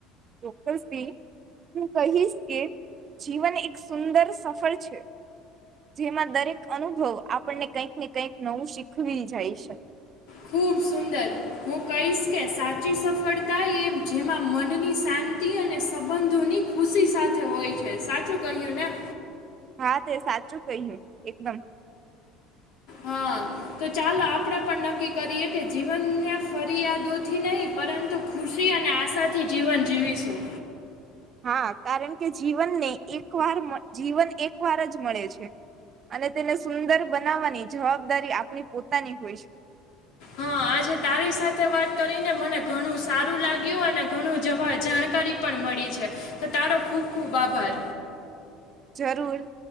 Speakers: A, on the right; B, on the left.
A: ચોક્કસથી હું કહીશ કે જીવન એક સુંદર સફર છે. જેમાં દરેક અનુભવ આપણને કંઈક ને કંઈક નવું શીખવી જાય શકે.
B: ખૂબ સુંદર. હું કહીશ કે સાચી સફળતા એ જેમાં મનની શાંતિ અને સંબંધોની ખુશી સાથે હોય છે. સાચું કહ્યું ને?
A: હા તે સાચું કહ્યું. એકદમ.
B: હા તો ચાલો આપડે પણ નક્કી કરીએ કે જીવનને ફરિયાદોથી નહીં પરંતુ ખુશી અને આશાથી જીવન જીવીશું.
A: હા કારણ કે જીવનને એક વાર, જીવન એક વાર જ મળે છે. અને તેને સુંદર બનાવવાની જવાબદારી આપણી પોતાની હોય છે.
B: હા આજે તારી સાથે વાત કરીને મને ઘણું સારું લાગ્યું અને ઘણું જવા જાણકારી પણ મળી છે. તો તારો ખુબ ખુબ આભાર.
A: જરૂર.